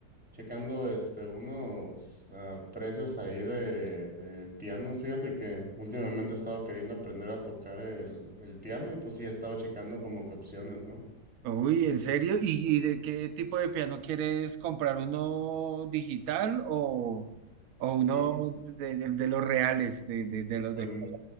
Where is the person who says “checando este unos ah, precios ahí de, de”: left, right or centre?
Centre